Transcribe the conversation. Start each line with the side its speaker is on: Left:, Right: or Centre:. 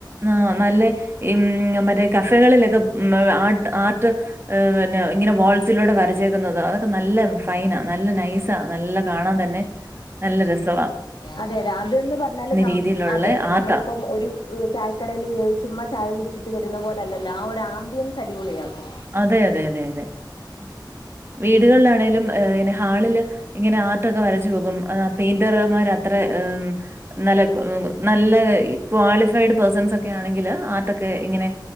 Right: ആഹ് നല്ല ഉം മറ്റേ കഫകളിലൊക്കെ ആഹ് ആർട്ട് ഈഹ് പിന്നെ ഇങ്ങനെ വാൾസിലൂടെ വരച്ചേക്കുന്നത് അതൊക്കെ നല്ല ഫൈന നല്ല നൈസ നല്ല കാണാൻ തന്നെ നല്ല രസമാണ്
Left: അതെ അതെ അതന്ന് പറഞ്ഞാല്
Right: രീതിയിലുള്ള
Left: അതെ അതെ
Right: ആർട്ടാ
Left: നമ്മളിപ്പോ ഒരു ചായക്കടയിൽ ചുമ്മാ ചായ കുടിച്ചിട്ട് വരുന്ന പോലെല്ലല്ലോ ആ ആമ്പിയൻസ് അടിപൊളിയാക്കും
Right: അതെ അതെ അതെ അതെ വീടുകളിലാണേിലും ഹാളില് ഇങ്ങനെ ആർട്ടൊക്കെ വരച്ചു പോകും പെയിന്റർമാർ അത്ര ഈഹ് നല്ല നല്ല ക്വാളിഫൈഡ് പേഴ്സൺസ് ഒക്കെ ആണെങ്കിൽ ആർട്ടോക്കെ ഇങ്ങനെ